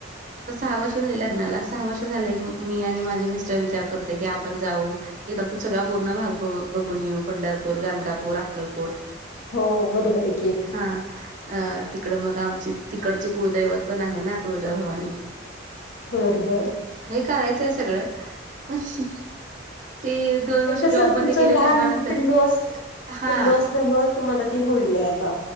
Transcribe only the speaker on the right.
सहा वर्ष झाली लग्नाला. सहा वर्ष झाले मी आणि माझे मिस्टर विचार करतोय की आपण जाऊ एकदा तो सगळा पूर्ण भाग बघू बघून येऊ, पंढरपूर, गणगापूर, अक्कलकोट.
हाआ आ तिकड मग आमची तिकडची कुळदैवत पण आहे ना, तुळजाभवानी.
हे करायचं आहे सगळं. पणश ते दोन वर्ष
जॉबमध्ये
गेले
लग्नानंतर
हा